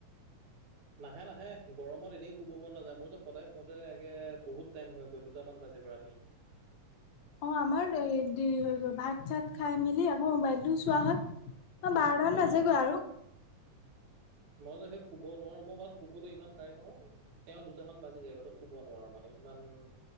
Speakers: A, on the right; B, on the left.
A: নাহে নাহে গৰমত এনেই শুব মন নাযায় মোৰ যে সদায় শোওঁতে এে বহুত টাইম হৈ দুটামান বাজে গৈ ৰাতি।
B: অ আমাৰ দেৰি হৈ গ'ল ভাত চাত খাই মেলি আকৌ মোবাইলটো চোৱা হয়। অ বাৰটামান বাজেগৈ
A: অ
B: আৰু
A: মই যে সেই শুব নোৱাৰো মই মানে শুবলৈ ইমান ট্ৰাই কৰো তেওঁ দুটামান বাজি যায় <unintelligible> শুব নোৱাৰো মানে। ইমান